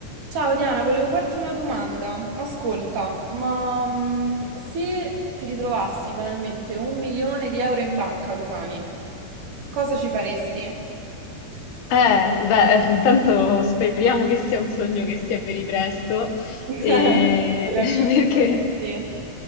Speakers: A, on the right; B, on the left.
A: Ciao Diana, volevo farti una domanda. Ascolta, ma mm, se ti ritrovassi banalmente un milione di euro in banca domani, cosa ci faresti?
B: Eh, beh, <laughs> intanto speriamo che sia un sogno che si avveri presto,
A: <laughs>
B: e-
A: Lo capisco,
B: <laughs> perché
A: sì, sì.